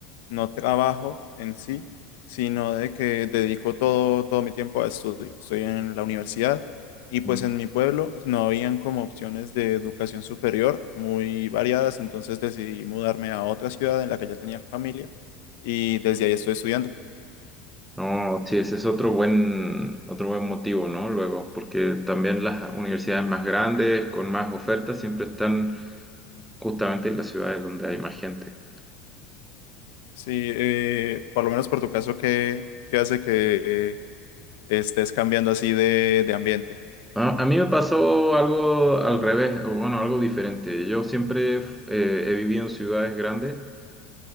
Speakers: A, on the left (about 65°); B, in the centre.
A: no trabajo en sí, sino de que dedico todo, todo mi tiempo a estudio. Estoy en la universidad y pues
B: Mm.
A: en mi pueblo no habían como opciones de educación superior muy variadas, entonces decidí mudarme a otra ciudad en la que ya tenía familia y desde ahí estoy estudiando.
B: No, sí, ese es otro buen, otro buen motivo, ¿no? Luego, porque también las universidades más grandes, con más ofertas, siempre están justamente en las ciudades donde hay más gente.
A: Sí, eh, por lo menos por tu caso, ¿qué, qué hace que eh, estés cambiando así de, de ambiente?
B: A, a mí me pasó algo al revés, o bueno, algo diferente. Yo siempre f- eh, he vivido en ciudades grandes